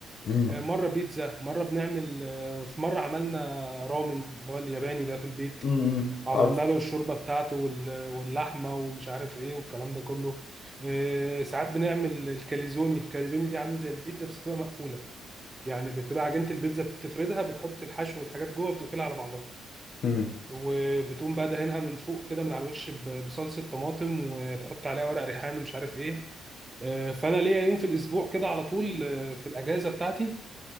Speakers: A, on the left (about 60°); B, on the right (about 20°).
A: امم
B: آه، مره بيتزا مره بنعمل آه، في مره عملنا رامن اللي هو الياباني ده في البيت
A: امم
B: وعملنا
A: عارف
B: له الشوربه بتاعته وال- واللحمه ومش عارف ايه والكلام ده كله آه، ساعات بنعمل الكاليزوني الكاليزوني دي عامله زي البيتزا بس بتبقى مقفوله يعني بتبقى عجينه البيتزا بتفردها بتحط الحشو والحاجات جوه بتقفلها على بعضها
A: امم
B: وبتقوم بقى دهنها من فوق كده من على الوش ب- بصلصه طماطم وتحط عليها ورق ريحان ومش عارف ايه آه، فانا ليا يوم في الاسبوع كده على طول آه، في الاجازه بتاعتي